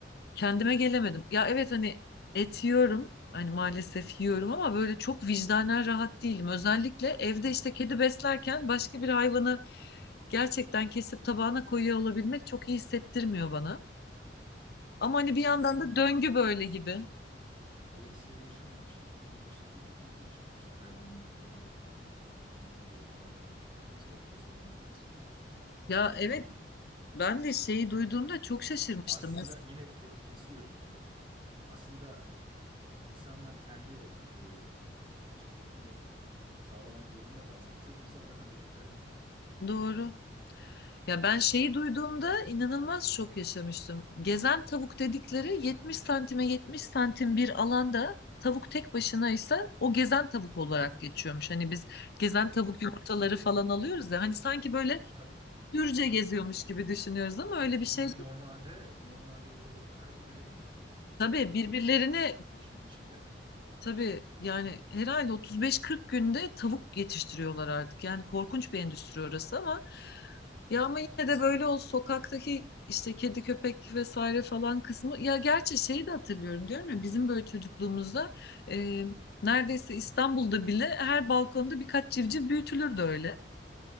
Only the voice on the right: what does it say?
İşte
onu
o
O hisleri yaşamamak için e, endüstriyi geliştirmişler. Hayvanlar kapalı ortamlarda ro- tamamen robotlarla sarılıyor. Sonra kesiliyor.
Önümüze
geliyor.
Aslında yine de- kesiyorum. E, aslında insanlar kendi e, işte etini sağlamak zorunda kalsa birçok insan zaten vejetaryen olur.
Tabii.
Tabii.
Çünkü
normalde normalde o tavuklar hareket edemiyor.
Bir, k-
küçücük bir şeyin içinde.
Evet.